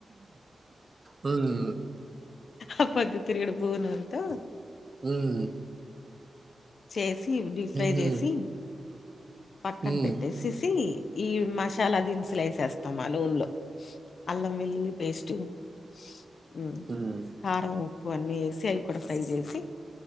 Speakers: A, on the right; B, on the left.
A: హ్మ్
B: అ పొందుతిరిగుడు పువ్ నుంతో
A: హమ్
B: చేసి డీ ఫ్రై
A: హ్మ్
B: చేసి పక్కన
A: హ్మ్
B: పెట్టేసేసి ఈ మసాలా దినుసులు వేసేస్తామా అ నుంలో అల్లం వెల్లుల్లి పేస్ట్ ఉమ్
A: హ్మ్
B: కారం ఉప్పు వన్నీ ఏసి అవి కూడా ఫ్రై చేసి